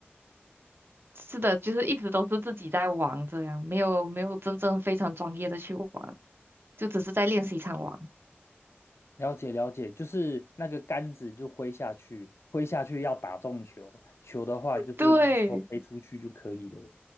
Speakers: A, on the right; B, on the left.
A: 是的，就是一直都是自己在玩这样，没有没有真正非常专业的去玩，就只是在练习场玩。
B: 了解了解，就是那个杆子就挥下去，挥下去要打中球，球的话就是能够飞出去就可以了。
A: 对